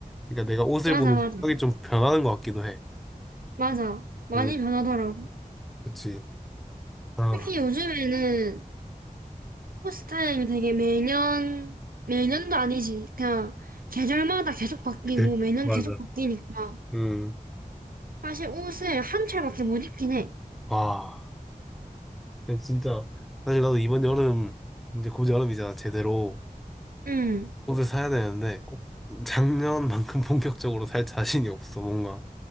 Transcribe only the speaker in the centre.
그러니까 내가 옷을
보는
생각이 좀 변하는 것 같기도 해.
음,
그치. 아,
그래.
맞아.
음,
와. 근데 진짜, 사실 나도 이번 여름, 이제 곧 여름이잖아, 제대로.
옷을 사야 되는데, 꼭 작년만큼 <laughs> 본격적으로 살 자신이 없어, 뭔가.